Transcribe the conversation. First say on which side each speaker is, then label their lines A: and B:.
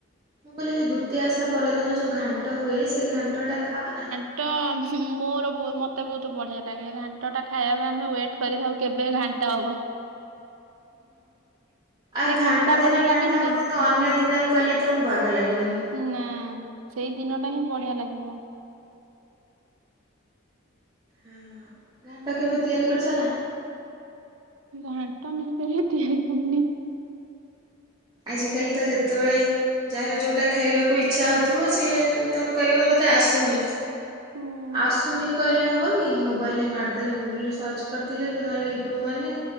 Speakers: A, on the right; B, on the right.
A: ମୁଁ କହିଲି ଯେ ଦ୍ଵିତୀୟ ଓଷା ପରଦିନ ଯୋଉ ଘାଣ୍ଟ ହୁଏ ସେଇ ଘାଣ୍ଟ ଟା ଖାଅ ନା?
B: ଣ୍ଟ ମୋର ମତେ ବହୁତ ବଢ଼ିଆ ଲାଗେ ଘାଣ୍ଟଟା ଖାଇବା ପାଇଁ ଆମେ ୱେଟ୍ କରିଥାଉ କେବେ ଘାଣ୍ଟ ହବ।
A: ଆଉ
B: ସେ
A: ଘାଣ୍ଟ
B: ଟା
A: ଦିନ
B: ବଢିଆ
A: ଘାଣ୍ଟ
B: ଲାଗେନି
A: ହବ
B: କି?
A: କିନ୍ତୁ ଅନ୍ୟ ଦିନରେ କଲେ ତମକୁ ବାଗ ଲାଗିବନି।
B: ନା ସେଇ ଦିନ ଟା ହିଁ ବଢିଆ ଲାଗିବ।
A: ହଁ ଘାଣ୍ଟ କେବେ ତିଆରି କରିଛ ନା?
B: ଘାଣ୍ଟ ମୁଁ କେବେ ତିଆରି କରନି।
A: ଆଜିକାଲି ତ ଯେତେବେଳେ ଯାହାର ଯୋଉଟା ଖାଇବାକୁ ଇଚ୍ଛା ହଉଥିବ ସିଏ ତମେ କହିବ ମତେ ଆସୁନି।
B: ହୁଁ
A: ଆସୁନି କହିଲେ ହବ କି ମୋବାଇଲ ରେ ମାରିଦଲେ ଗୁଗୁଲ୍ ରେ ସଚ୍ କରିଦଲେ ନହେଲେ ୟୁଟ୍ୟୁବ୍ ମାର୍ଲେ